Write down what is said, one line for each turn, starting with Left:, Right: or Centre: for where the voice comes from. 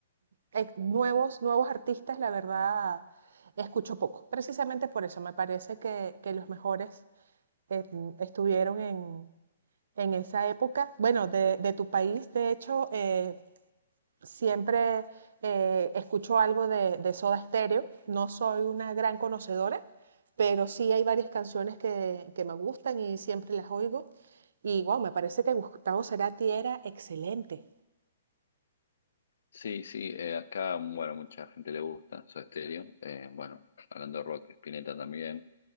Right: eh, nuevos, nuevos artistas, la verdad, escucho poco. Precisamente por eso me parece que, que los mejores eh, estuvieron en, en esa época, bueno, de, de tu país, de hecho, eh, siempre eh, escucho algo de, de Soda Stereo. No soy una gran conocedora, pero sí hay varias canciones que, que me gustan y siempre las oigo. Y wow, me parece que Gustavo Cerati era excelente.
Left: Sí, sí, eh, acá, bueno, mucha gente le gusta Soda Stereo. eh, bueno, hablando de rock, Spinetta también.